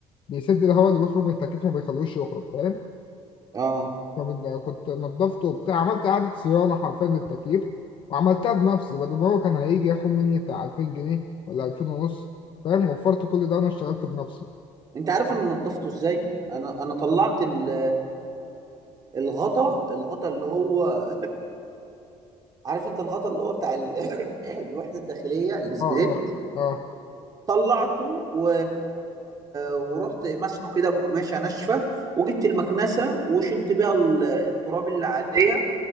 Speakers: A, on the left; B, on the right.
A: بيسد الهواء اللي بيخرج من التكييف ما بيخلوش يخرج فاهم
B: اه
A: فكنت نضفته وبتاع عملت إعادة صيانة حرفيا للتكييف وعملتها بنفسي بدل ما هو كان هيجي ياخد مني بتاع 2000 جنيه ولا 2000 ونص فاهم وفرت كل ده وانا اشتغلت بنفسي
B: انت عارف انا نضفته ازاي انا انا طلعت ال الغطا الغطا اللي هو عارف انت الغطا اللي هو بتاع ال- <coughs> <clears throat> الوحده الداخليه السبريت
A: اه اه اه
B: طلعته و... ورحت مسحه كده بقماشه ناشفه وجبت المكنسه وشلت بيها ال- التراب اللي عليها